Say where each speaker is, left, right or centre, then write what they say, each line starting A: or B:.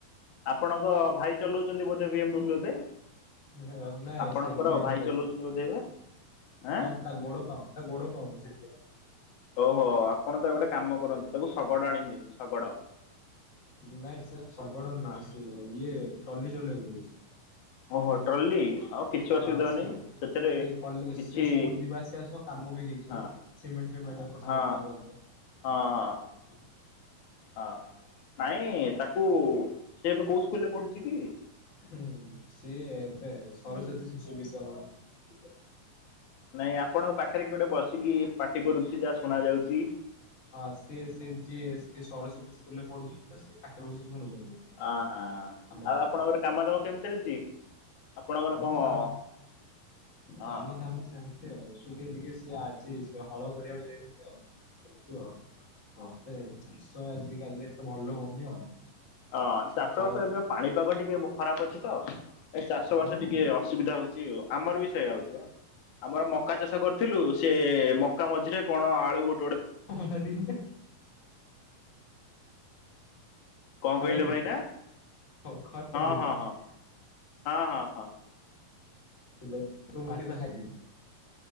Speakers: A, on the left; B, on the left.
A: ଆପଣଙ୍କ ଭାଇ ଚଲଉଚନ୍ତି ବୋଧେ ବି ଏମ୍ ଡବ୍ଲୁ ଏବେ?
B: ଇ ହ ନାଇଁ
A: ଆପଣଙ୍କର
B: ସେ ଡି ଏମ୍
A: ଭାଇ
B: ଡବ୍ଲୁ
A: ଚଲଉଛନ୍ତି ବୋଧେ ଏବେ ଆଁ
B: ହଁ ତା ଗୋଡ଼ ପାଉ ତା ଗୋଡ଼ ପାଉନି ସେଥିପାଇଁ।
A: ଓହୋ ଆପଣ ତା ଗୋଟେ କାମ କରନ୍ତୁ ତାକୁ ଶଗଡ଼ ଆଣିିକି ଦିଅନ୍ତୁ ଶଗଡ଼।
B: ନାଇଁ ସେ ଶଗଡ଼ ନୁହେଁ
A: ହଁ
B: ସେ ଇଏ ଟଲି ଚଲେଇବ କୋହୁଚି।
A: ଓହୋ ଟ୍ରଲି ଆଉ କିଛି ଅସୁବିଧା
B: ହଁ ସିଏ
A: ନାହିଁ ସେଥିରେ
B: ସିଏ କଲେ
A: କିଛି
B: ସି ସ୍କୁଲ୍ ଯିବା ଆସିବା ସହ କାମ ବି ହେଇଯିବ
A: ହଁ
B: ସିମେଣ୍ଟ୍ ଫିମେ ଏଣ୍ଡ୍ ଏପଟ
A: ହଁ
B: ସ ଗୋଟେଇ କରିଦେବେ।
A: ହଁ ହଁ।
B: ଓ
A: ହଁ ନାଇଁ ତାକୁ ସେ ଏବେ କୋଉ ସ୍କୁଲ୍ ରେ ପଢୁଚି କି?
B: ହୁଁ ସିଏ ଏବେ ସରସ୍ଵତୀ ଶିଶୁ ବିଦ୍ୟା ମ
A: ନାଇଁ ଆପଣଙ୍କ ପାଖରେ କିଏ ଗୋଟେ ବସିକି ପାଟି କରୁଚି ଯାହା ଶୁଣା ଯାଉଚି।
B: ହଁ ସିଏ ସେ ଯିଏ ସେ ସରସ୍ଵତୀ ସ୍କୁଲ୍ ରେ ପଢୁଚନ୍ତି ତ ସିଏ ପାଖରେ ବସି ଶୁଣୁଚନ୍ତି
A: ଅ ହଁ
B: ଆମ
A: ଆଉ
B: କଥା।
A: ଆପଣଙ୍କର କାମ ଦାମ କେମିତି ଚାଲିଛି? ଆପଣଙ୍କର
B: ଆମ
A: କଣ
B: କାମ୍
A: ହଁ ହଁ।
B: କାମ ଧାମ ଚାଲଚି ଆଉ ଟିକେ ଟିକେ ସେ ଆ ସେଇ ସେ ହଳ କରିବାକୁ ଯାଇଥିଲେ ଆଉ କୁହ ହଁ ସେ ଚାଷ ଆଜିକାଲି ତ ଭଲ ହୋଉନି ଆଉ।
A: ଅଁ
B: ସତ
A: ଚାଷ ବାସ ଏବେ ପାଣିପାଗ ଟିକେ ବୋ ଖରାପ ଅଛି ତ। ଏ ଚାଷ
B: ହଁ
A: ବାସ
B: ମ
A: ଟିକେ ଅସୁବିଧା ହଉଚି ଆଉ ଆମର ବି ସେଇୟା ହଉଚି ବା। ଆମର ମକା ଚାଷ କରିଥିଲୁ ସେ ମକା ମଝିରେ କଣ ଆଳୁ ଉ
B: ଖରା ଦିନରେ
A: କଁ
B: ଖରା
A: କହିଲେ
B: ଦିନେ
A: ଭାଇନା?
B: ହଁ ଖରା
A: ହଁ
B: ଦିନେ
A: ହଁ ହଁ। ହଁ ହଁ ହଁ।
B: ଲେ ତୁ ମାରିବା ହାଗେ